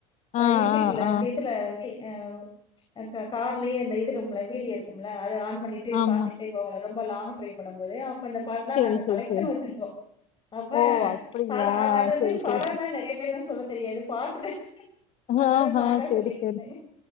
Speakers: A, on the left; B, on the left.
A: ஆ
B: அ யூடியூப்ல
A: ஆ ஆ
B: வந்து இதுல வி அ க கார்லயே இந்த இது இரும்ல வீடியோ இருக்கும்ல அது ஆன் பண்ணிட்டு
A: ஆமா
B: பாத்துட்டு போவோல ரொம்ப லாங் ட்ரைவ் பன்னும் போதே அப்ப இந்த பாட்லா
A: செரி
B: நாங்க
A: செரி
B: கலெக்சன்
A: செரி
B: வச்சுருக்கோ அப்ப
A: ஓ அப்டியா
B: படோ அது அது வந்து
A: செரி
B: படொனா
A: செரி
B: நெறைய பேரு வந்து சொல்ல தெரியாது பாட்டுதா அதாதா
A: ஆஹா
B: பாட்டா
A: செரி
B: சொல்லிட்டு
A: செரி
B: இருந்தே